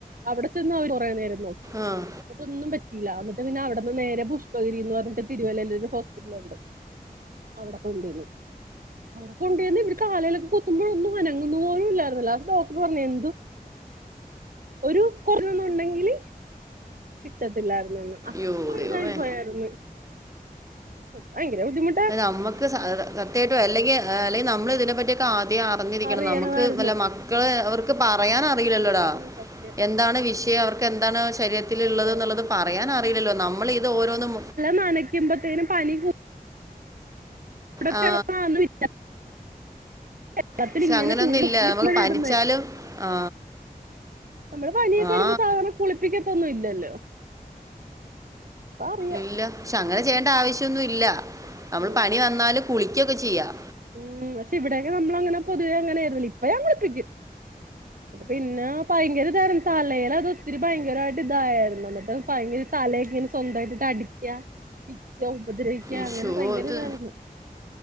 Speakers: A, on the right; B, on the right.
A: അവിടെ ചെന്ന് അവ കാെറേ നേരം നോക്കി
B: ആഹ്
A: ന്നട്ടൊന്നും പറ്റയില്ല അന്നിട്ട് പിന്നെ അവിടന്ന് നേരെ പുഷ്പഗിരീന്ന് പർഞ്ഞിട്ട് തിര്‌വല്ലേലൊരു ഹോസ്പിറ്റലുണ്ട് അവിടെ കൊണ്ട് ചെന്നു അവിടെ കൊണ്ട് ചെന്ന് ഇവെര് കാലേലൊക്കെ കുത്തുമ്പോഴാെന്നും അനങ്ങുന്നു പോലും ഇല്ലായിര്ന്നു ലാസ്റ്റ് ഡോക്ടറ് പറഞ്ഞ് എന്ത് ഒരു കൊറൊഞ്ഞൊന്നുണ്ടെങ്കില് കിട്ടത്തില്ലായിരുന്നൂന്ന് അത്ര
B: യോ ദൈവമേ
A: ഇതായി പോയായിര്ന്ന് ഭയെങ്കെരെ ബുദ്ധിമു
B: നമ്മക്ക് സ സത്യായിട്ടും അല്ലെങ്കി അല്ലെങ്കി നമ്മള് ഇതിനെ പറ്റ്യൊക്കെ ആദ്യേ അന ർഞ്ഞിരിക്കണം
A: അറിയണമായിരുന്നു
B: നമ്ക്ക് വല്ല മ ക്കള് അവർക്ക് പറയൻറിയില്ലല്ലോടാ?
A: ഉം സത്യം
B: എന്താണ് വിഷയം? അവർക്ക് എന്താണ് ശരീര- ത്തിലുള്ളത്
A: ഉള്ളത്
B: എന്നുള്ളത് പറയാൻ അറിയില്ലല്ലോ? നമ്മൾ ഇത് ഓരോന്നും
A: നനക്കുമ്പതീനും പനി കൂ ഇവിടെത്തെന്നാന്ന്
B: ആ
A: വി വെള്ളത്തിൽ
B: പക്ഷെ
A: ഇങ്ങനെ
B: അങ്ങനെയൊന്നും
A: തുണി
B: ഇല്ല
A: ഉക്കപ്പോഴ
B: നമുക്ക് പനിച്ചാലും
A: ഇടുന്നെ.
B: ആ
A: നമ്മള് പനിയൊക്കെ
B: ആ
A: വരുമ്പോ സാധാരണ കുളിപ്പിക്കത്തൊന്നും ഇല്ലല്ലോ? അറിയാം
B: ഇല്ല, പക്ഷെ
A: പിന്നെ
B: അങ്ങനെ ചെയ്യേണ്ട ആവശ്യന്നുല്ല. നമ്മള്
A: അതെ
B: പനി വന്നല് കുളിക്കൊക്കെ ചെയ്യാം.
A: ഉം പക്ഷെ ഇവിയൊക്കെ നമ്മള അങ്ങനെ പൊതുവേ അങ്ങനെ ആരുന്നില്ലെ, ഇപ്പൊ ഞൻ കുളി പ്പിക്കും. പിന്നെ ഭയങ്കര ധാര തലയിൽ അത് ഒത്തിരി ഭയങ്കരമായിട്ട് ഇതായായിരുന്നു. എന്നിട്ട് ഭയങ്കര തലയൊക്കെ ഇങ്ങനെ സ്വന്തായിട്ട് അടിക്കുക. ഉപദ്രഹിക്കുക
B: ഇഷോ
A: അങ്ങനെ ഭയങ്കരതായിരുന്നു.
B: ഇത്